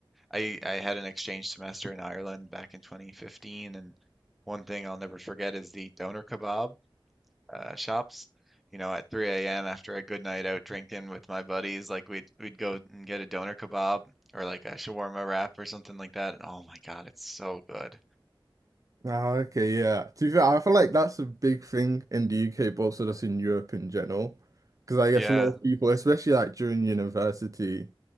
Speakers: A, in the centre; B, on the right.
A: I I had an exchange semester in Ireland back in 2015, and one thing I'll never forget is the doner kebab uh, shops. You know, at 3 a.m. after a good night out drinking with my buddies, like we'd we'd go and get a doner kebab or like a shawarma wrap or something like that. And oh my God, it's so good.
B: Ah, okay, yeah. To be fair, I feel like that's a big thing in the UK, but also just in Europe in general. Because I guess
A: Yeah,
B: a lot of people, especially like during university,